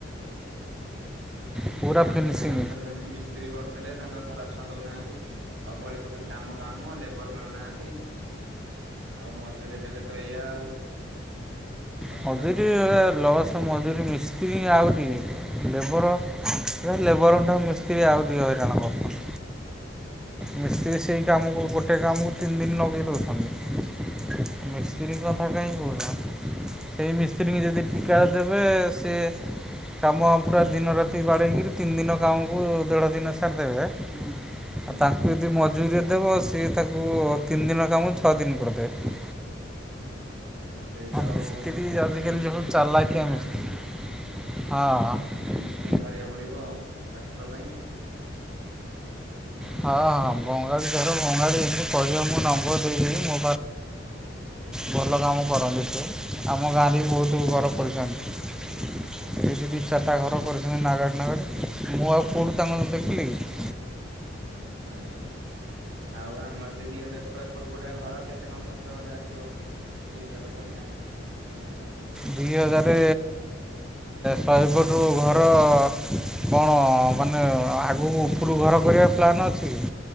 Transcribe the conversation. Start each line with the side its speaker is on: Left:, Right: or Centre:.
Centre: ହଁ। ପୁରା
Right: ରାମାୟ
Centre: ଫିନିସିଂ
Right: ଏକର ଜଣେ ମିସ୍ତ୍ରୀ କରୁଥିଲେ ତାଙ୍କ ଧରା ଛନ୍ଦଉନାହାନ୍ତି। ସବୁବେଳେ କହୁଛନ୍ତି କାମ କାମ ଲେବର ମିଳୁନାହାନ୍ତି। ଆଉ ମଜରେ ଦେଲେ ତ ଏଇଆ ଆଉ ଅସୁବିଧା
Centre: ମଜୁରୀ
Right: ପରିବାର କରୁଛନ୍ତି ଆଉ।
Centre: ଲସ ମଧୁରୀ ମିସ୍ତ୍ରୀ ଆହୁରି। ଲେବର ଲେବରଙ୍କଠା ମିସ୍ତ୍ରୀ ଆଉ ଟିକେ ହେଇରାଣ କରନି।
Right: ହୁଁ।
Centre: ମିସ୍ତ୍ରୀ ସେଇ କାମକୁ ଗୋଟେ କାମକୁ ତିନି ଦିନ ଲଗାଇ ଦେଉଛନ୍ତି ମିସ୍ତ୍ରୀ ମିସ୍ତ୍ରୀଙ୍କ
Right: ହୁଁ
Centre: କଥା କାହିଁ କହୁହଛ ସେଇ ମିସ୍ତ୍ରୀଙ୍କୁ ଯଦି ଟିକା ଦେବେ ସି କାମ ଆ ପୁରା ଦିନ ରାତି ବାଡ଼େଇକିରି ତିନି ଦିନ କାମକୁ ଦେଢ଼ ଦିନ ସାରିଦେବେ।
Right: ହୁଁ
Centre: ଆଉ ତାଙ୍କୁ ଯଦି ମଜୁୁରିରେ ଦେବ ସିଏ ତାକୁ ତିନି ଦିନ କାମ ଛଅ ଦିନ କରିଦେବେ।
Right: ହଁ ସେଇ ତ
Centre: ମିସ୍ତ୍ରୀ
Right: ଆଉ
Centre: ଆଜିକାଲି
Right: ଏଟେ ମିସ୍ତ୍ରୀ
Centre: ଯେଉଁ ଚାଲାକିଆ
Right: ମିସ୍ତ୍ରୀ ମିଳୁନାହାନ୍ତି।
Centre: ମିସ୍ତ୍ରୀ ହଁ।
Right: ବଙ୍ଗାଳୀ ଧରିବାକୁ ପଡିବ ଆଉ ପ୍ଲାଷ୍ଟର ପାଇଁ।
Centre: ହଁ ହଁ ବଙ୍ଗାଳ ଧର ବଙ୍ଗାଳ ଏମତି କହିବା ମୁଁ ନମ୍ବର ଦେଇଦେବି ମୋ
Right: ହୁଁ।
Centre: ଭଲ କାମ କରନ୍ତି ସେ ଆମ ଗାଁରେ ବି ବହୁତ ଗର ପଡୁଛନ୍ତି। ଏ ଯଦି ଚାରିଟା ଘର କରିଛନ୍ତି ନାଗାଡ଼ ନାଗାଡ଼ ମୁଁ ଆଉ କେଉଁଠୁ ତାଙ୍କ ଦେଖିଲି କି?
Right: ହୁଁ ହୁଁ। ଆଉ ଆମର ଟ ଦି ହଜାର ସ୍କୋୟାର ଫୁଟ ଗଡଆ ଘର କେତେ କଣ ଖର୍ଚ ଖଣ୍ଡେ ଆସିବ। ସେଇ ହିସାବରେ ତମେ ଆଣିିକି କହିପାରିବ
Centre: ଦୁଇ ହଜାର ଶହେରୁୁ ଘର କଣ ମାନେ ଆଗକୁ ଉପରକୁ ଘର କରିବା ପ୍ଲାନ୍ ଅଛି?